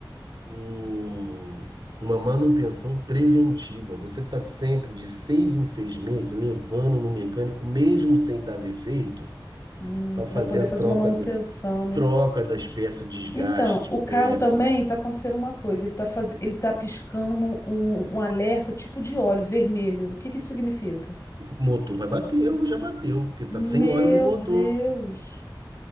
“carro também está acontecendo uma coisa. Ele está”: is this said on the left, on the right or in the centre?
Left